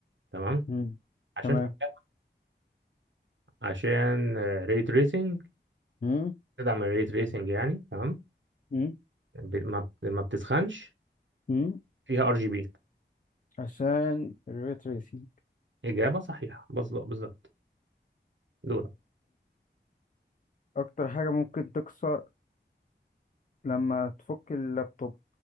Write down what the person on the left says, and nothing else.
مم.
تمام
مم.
مم.
مم.
عشان الريتريسينج
أكتر حاجة ممكن تكسر لما تفك اللابتوب